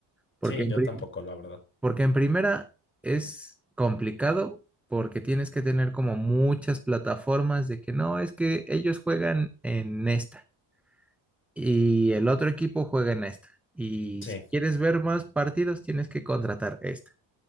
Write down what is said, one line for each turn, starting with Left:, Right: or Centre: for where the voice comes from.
Centre: porque
Left: sí,
Centre: en,
Left: yo
Centre: pri-
Left: tampoco, la verdad.
Centre: porque en primera es complicado, porque tienes que tener como muchas plataformas de que no, es que ellos juegan en esta y el otro equipo juega en esta. Y
Left: Sí,
Centre: si quieres ver más partidos, tienes que contratar esta.